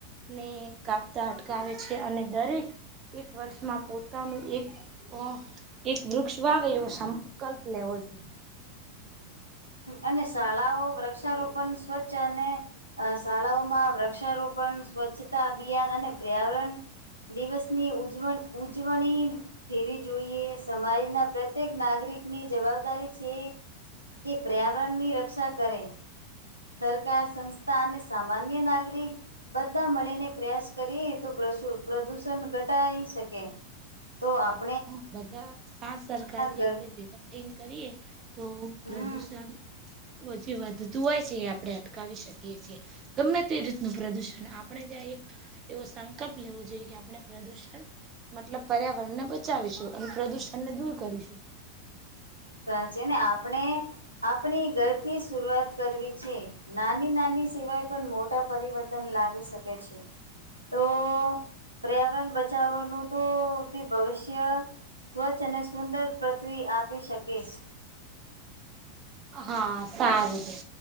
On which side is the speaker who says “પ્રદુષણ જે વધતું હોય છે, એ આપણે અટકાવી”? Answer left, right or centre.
Right